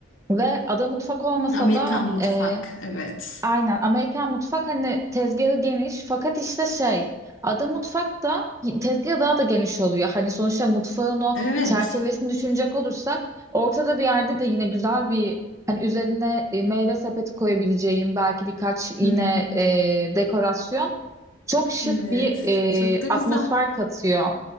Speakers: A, on the right (about 15°); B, on the left (about 90°).
A: Ve ada mutfak olmasa
B: Hı, Amerikan
A: da
B: mutfak.
A: e,
B: Evet.
A: Aynen Amerikan mutfak hani tezgahı geniş fakat işte şey Ada mutfak da tezgahı daha da geniş oluyor. Hani sonuçta mutfağın o
B: Evet.
A: çerçevesini düşünecek olursak ortada bir yerde de yine güzel bir hani üzerine e, meyve sepeti koyabileceğim belki birkaç yine
B: Hı hı.
A: e, dekorasyon çok şık
B: Evet.
A: bir e,
B: Çok da güzel.
A: atmosfer katıyor.